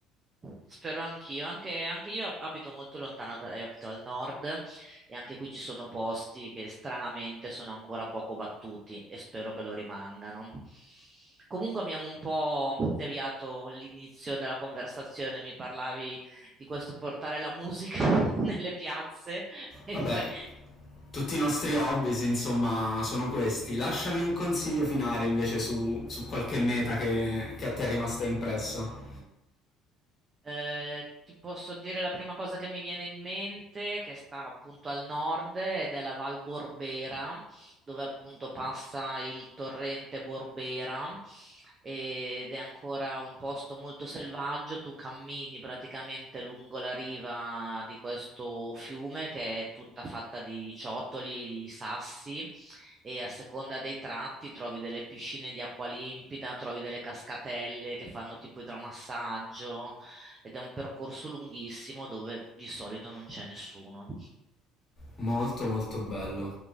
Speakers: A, on the right; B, on the left.
A: Spero anch'io, anche, anche io abito molto lontano, da, eh, abito al nord e anche qui ci sono posti che stranamente sono ancora poco battuti e spero che lo rimangano. Comunque abbiamo un po' deviato l'inizio della conversazione, mi parlavi di questo portare la musica <laughs> nelle piazze e
B: Vabbè,
A: poi...
B: tutti i nostri hobby, insomma, sono questi. Lasciami un consiglio finale invece su, su qualche meta che, che a te è rimasta impressa.
A: Eh, ti posso dire la prima cosa che mi viene in mente, che sta appunto al nord ed è la Val Borbera, dove appunto passa il torrente Borbera ed è ancora un posto molto selvaggio. Tu cammini praticamente lungo la riva di questo fiume che è tutta fatta di ciottoli, di sassi e a seconda dei tratti trovi delle piscine di acqua limpida, trovi delle cascatelle che fanno tipo idromassaggio ed è un percorso lunghissimo dove di solito non c'è nessuno.
B: Molto molto bello.